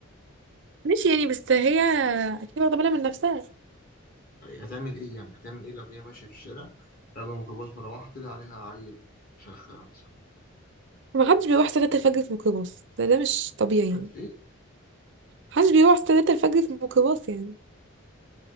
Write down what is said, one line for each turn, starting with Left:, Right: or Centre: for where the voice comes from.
Right: ماشي يعني بس هي اكيد واخده بالها من نفسها
Left: هتعمل إيه يعني هتعمل إيه لو هي ماشية في الشارع راكبة ميكروباص مروحة طلع عليها عيل شخة مثلا
Right: ما حدش بيروح الساعة 3 الفجر في ميكروباص ده, ده مش طبيعي
Left: محدش
Right: يعني ما
Left: إيه
Right: حدش بيروح الساعة 3 الفجر في ميكروباص يعني